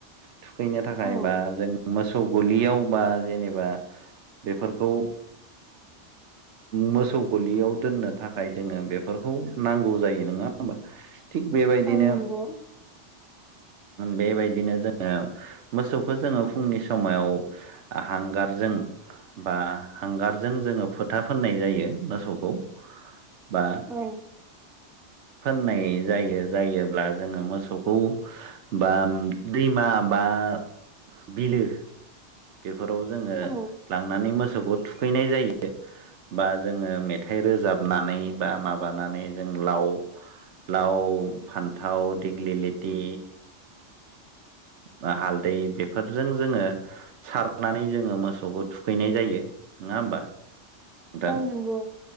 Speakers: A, on the right; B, in the centre.
A: थुखैनो थाखाय
B: औ
A: बा जों मोसौ मोसौ गलियाव बा जेनेबा बेफोरखौ मोसौ गलियाव दोननो थाखाय जोङो बेफोरखौ नांगौ जायो नङा होनबा बेबायदिनो
B: औ नंगौ
A: बेबायदिनो जोङो मोसौखौ जोङो फुंनि समाव आहां गारजों बा हांगारजों जोङो फोथा फोननाय जायो मोसौखौ बा
B: औ
A: फोननाय जायो जायोब्ला जोङो मोसौखौ बा दैमा बा आ बिलो बेफोराव जोङो
B: औ
A: लांनानै मोसौखौ थुखैनाय जायो बा जोङो मेथाइ रोजाबनानै बा माबानानै जों लाव लाव फान्थाव दिग्लि लेथि बा हालदै बेफोरजों जोङो सारनानै जोङो मोसौखौ थुखैनाय जायो नङा होमबा नोंथां
B: औ नंगौ